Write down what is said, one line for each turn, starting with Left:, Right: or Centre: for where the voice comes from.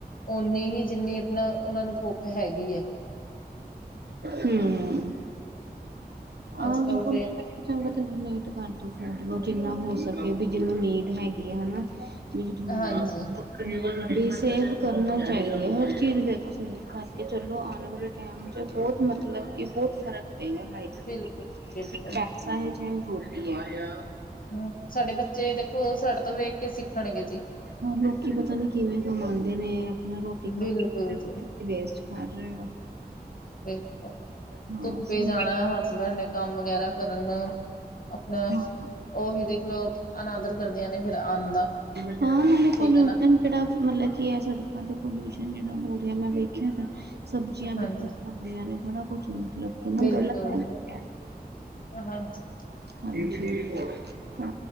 Left: ਓਨੀ ਹੀ ਜਿੰਨੀ ਆਪਣਾ ਉਹਨਾ ਨੂੰ ਭੁੱਖ ਹੈਗੀ ਏ।
Right: ਹੂੰ,
Left: ਅੱਜ
Right: ਆਹ
Left: ਕੱਲ ਤੇ
Right: <inaudible> ਚੰਗਾ ਤੇ ਡੋਨੇਟ ਕਰਦੋ ਫੂਡ ਨੂੰ ਜਿੰਨਾ ਹੋ ਸਕੇ ਵੀ ਜਿਹਨੂੰ ਨੀਡ ਹੈਗੀ ਆ ਹਨਾ। ਜੇੜੀ ਜ਼ਰੂਰਤ
Left: ਹਾਂਜੀ
Right: ਦੀ ਏ, ਵੀ ਸੇਵ ਕਰਨਾ ਈ ਪੈਣੀ ਏ, ਹਰ ਚੀਜ਼ ਦੇਖੋ ਸੇਵ ਕਿ ਚਲੋ ਆਣ ਵਾਲੇ ਟਾਈਮ ਚ ਬਹੁਤ ਮਤਲਬ ਕਿ ਬਹੁਤ ਫ਼ਰਕ ਪਏਗਾ। ਲਾਈਫ
Left: ਬਿਲਕੁਲ
Right: ਦੇ ਵਿੱਚ
Left: ਬਿਲਕੁਲ
Right: ਪੈਸਾ ਐ, ਚਾਹੇ ਓਹ ਰੋਟੀ ਐ।
Left: ਹੂੰ, ਸਾਡੇ ਬੱਚੇ ਦੇਖੋ ਸਾਡੇ ਤੋਂ ਵੇਖ ਕੇ ਸਿੱਖਣਗੇ ਜੀ।
Right: ਹਾਂ, ਲੋਕੀ ਪਤਾ ਨੀ ਕਿਵੇਂ ਕਮਾਂਦੇ ਨੇ, ਆਪਣਾ ਰੋਟੀ
Left: ਬਿਲਕੁਲ
Right: ਖਾਣ <inaudible>
Left: ਜੀ
Right: ਕਰ ਰਹੇ ਹੋ।
Left: ਬਿਲਕੁਲ
Right: ਹਾਂ
Left: ਧੁੱਪੇ
Right: ਸਾਨੂੰ
Left: ਜਾਣਾ, ਹਸਬੈਂਡ ਨੇ ਕੰਮ ਵਗੈਰਾ ਕਰਨ। ਆਪਣਾ
Right: ਹਾਂ
Left: ਉਹੀ ਦੇਖ ਲਓ। ਅਨਾਦਰ ਕਰਦੀਆਂ ਨੇ ਫਿਰ ਅੰਨ ਦਾ,
Right: ਹਾਂ ਨਾਲੇ
Left: ਠੀਕ
Right: ਪੋਲੂਸ਼ਨ
Left: ਐ ਨਾ।
Right: ਜਿਹੜਾ ਮਤਲਬ ਕੀ ਇਹ ਸੜਕਾਂ ਤੇ ਪੋਲੂਸ਼ਨ ਜਿਹੜਾ ਹੋ ਰਿਹਾ, ਮੈਂ ਵੇਖਿਆ ਤੇ ਸਬਜ਼ੀਆਂ ਵਿਖਰੀਆਂ
Left: ਹਾਂਜੀ
Right: ਖਾਂਦੀਆਂ ਨੇ, ਬੜਾ ਕੁਛ ਮਤਲਬ ਕਿ ਨਾ
Left: ਬਿਲਕੁਲ
Right: ਗਲਤ ਹੈਗਾ
Left: ਤੇ, ਹਾਂਜੀ।
Right: ਹਾਂਜੀ। ਤਾਂ